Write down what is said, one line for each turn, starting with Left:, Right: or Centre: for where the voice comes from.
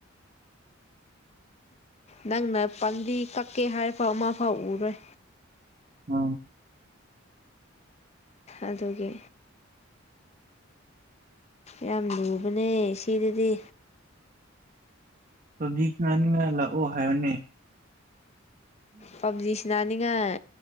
Right: <unintelligible> <inaudible>
Left: ꯅꯪꯅ ꯄꯟꯗꯤ ꯀꯛꯀꯦ ꯍꯥꯏꯐꯥꯎ ꯑꯃꯐꯥꯎ ꯎꯔꯣꯏ
Right: ꯑ
Left: ꯑꯗꯨꯒꯤ ꯌꯥꯝ ꯂꯨꯕꯅꯦ ꯁꯤꯗꯗꯤ
Right: ꯁꯖꯤ ꯆꯃꯅꯤ ꯑꯣ ꯍꯥꯏꯅꯦ
Left: ꯄꯕꯖꯤ ꯁꯅꯥꯅꯤꯡ ꯍꯥꯏ